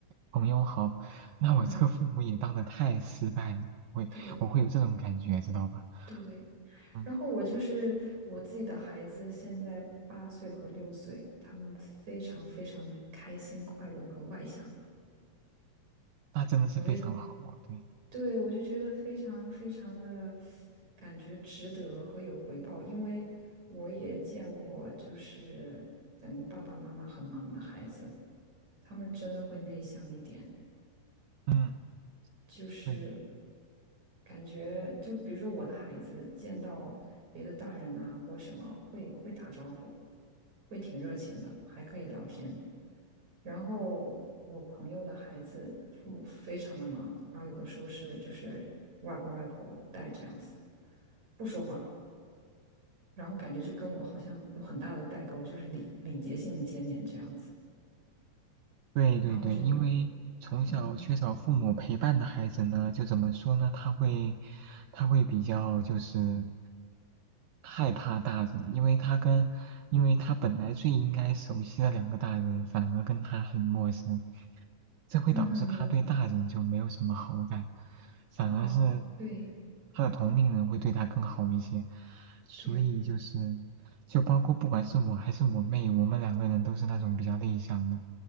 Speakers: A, on the right; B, on the right.
A: 朋友好，那我这个父母也当的太失败了，
B: 嗯，
A: 会我会有这种感觉，
B: 对，
A: 知道吧？
B: 对。
A: 嗯，
B: 然后我就是我自己的孩子，现在八岁和六岁，他们非常非常的开心、快乐和外向，
A: 那真的是非常好，
B: 我
A: 对，
B: 对，我就觉得非常非常的感觉值得和有回报，因为我也见过，就是等于爸爸妈妈很忙的孩子，他们真的会内向一点，
A: 嗯嗯，
B: 就是
A: 对。
B: 感觉就比如说我的孩子见到别的大人啊或什么，会会打招呼，会挺热情的，还可以聊天。然后我朋友的孩子父母非常的忙，然后有的时候是就是外公外婆带这样子，不说话，然后感觉就跟我好像有很大的代沟，就是礼礼节性的见面这样子。
A: 对对对，
B: 然后我就
A: 因为从小缺少父母陪伴的孩子呢，
B: 嗯
A: 就怎么说呢？他会，他会比较就是害怕大人，因为他跟，因为他本来最应该熟悉的两个大人，反而跟他很陌生，这会导致他对大人就没有什么好感，
B: 嗯
A: 反而是
B: 哦对
A: 他的同龄人会对他更好一些，所以就是。
B: 对
A: 就包括不管是我还是我妹，我们两个人都是那种比较内向的，